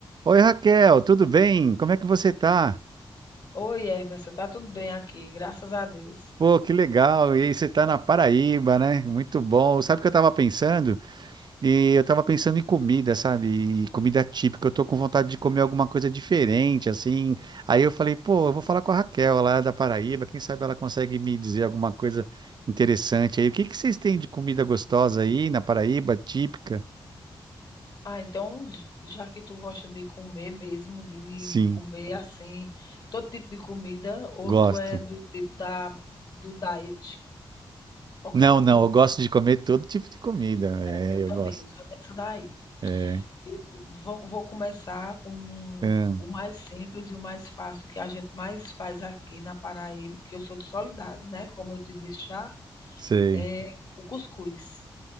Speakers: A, on the right (about 55°); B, on the left (about 50°).
A: Oi Raquel, tudo bem? Como é que você tá?
B: Oi, Emerson, tá tudo bem aqui, graças a Deus.
A: Pô, que legal! E aí você tá na Paraíba, né? Muito bom. Sabe o que eu tava pensando? E eu tava pensando em comida, sabe? E comida típica. Eu tô com vontade de comer alguma coisa diferente, assim. Aí eu falei, pô, eu vou falar com a Raquel lá da Paraíba. Quem sabe ela consegue me dizer alguma coisa interessante aí. O que que vocês têm de comida gostosa aí na Paraíba, típica?
B: Ah, então, j- já que tu gosta de comer mesmo, de
A: Sim,
B: comer assim, todo tipo de comida, ou
A: gosto.
B: tu é do tipo da, do diet? Qualquer
A: Não,
B: comida,
A: não, eu gosto de comer todo tipo de comida. É,
B: né? Eu também,
A: eu gosto.
B: eu sou dessa daí.
A: É,
B: Eu vou, vou começar com um-
A: ah,
B: o mais simples e o mais fácil que a gente mais faz aqui na Paraíba, que eu sou de Soledade, né? Como eu te disse já,
A: sei.
B: é o cuscuz.